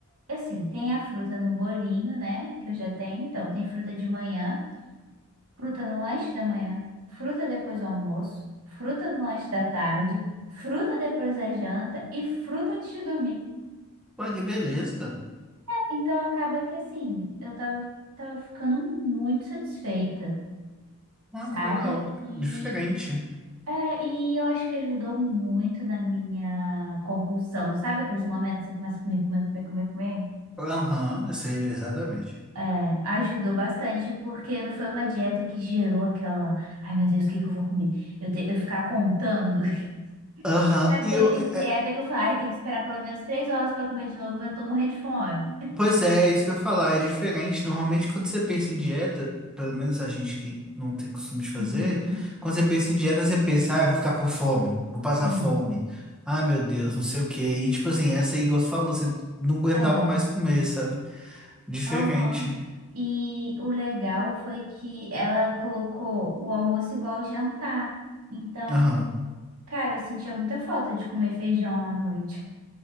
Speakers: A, on the right (about 85°); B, in the centre.
A: é, assim, tem a fruta no bolinho, né, que eu já tenho, então tem fruta de manhã, fruta no lanche da manhã, fruta depois do almoço, fruta no lanche da tarde, fruta depois da janta e fruta antes de dormir.
B: Pô, que beleza.
A: Então acaba que assim, eu tava, tava ficando muito satisfeita.
B: Ó,
A: sabe?
B: que legal.
A: E,
B: Diferente.
A: é, e eu acho que ajudou muito na minha compulsão, sabe aqueles momentos que você começa a comer, comer, comer, comer, comer?
B: Aham, eu sei exatamente.
A: É, ajudou bastante, porque não foi uma dieta que gerou aquela, ai meu Deus, o que que eu vou comer? Eu, te- eu ficar contando. <laughs>
B: Aham,
A: Já
B: E
A: teve
B: eu, é-
A: dieta
B: é-
A: que eu falei, ai, tem que esperar pelo menos três horas para comer de novo, mas eu tô morrendo de fome.
B: pois é, é isso que eu ia falar, é diferente. Normalmente, quando você pensa em dieta, pelo menos a gente que não tem costume de fazer,
A: Uhum,
B: quando você pensa em dieta, você pensa, ah, eu vou ficar com fome, eu vou passar
A: sim.
B: fome, ah, meu Deus, não sei o quê. E tipo assim, essa aí, igual você falou, você não aguentava
A: É.
B: mais comer, sabe? Diferente.
A: Aham. E o legal foi que ela colocou o almoço igual ao jantar. Então,
B: Aham,
A: cara, eu sentia muita falta de comer feijão à noite.